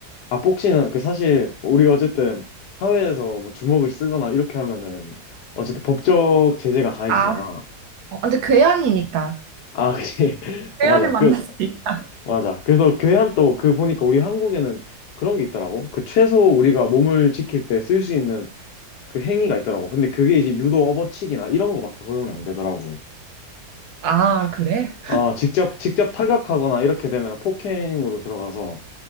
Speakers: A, on the left; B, on the right.
A: 아, 복싱은 그 사실 우리가 어쨌든 사회에서 뭐 주먹을 쓰거나 이렇게 하면은 어쨌든 법적 제재가 가해지잖아.
B: 아. 어, 근데 괴한이니까.
A: 아, 그치. <laughs>
B: 괴한을
A: 어, 맞아.
B: 만났으니까.
A: 그, 맞아. 그래서 교회한 또 그 보니까 우리 한국에는 그런 게 있더라고. 그 최소 우리가 몸을 지킬 때 쓸 수 있는 그 행위가 있더라고. 근데 그게 이제 유도 업어치기나 이런 거밖에 허용이 안 되더라고.
B: 아, 그래?
A: 어, 직접, 직접 타격하거나 이렇게 되면 폭행으로 들어가서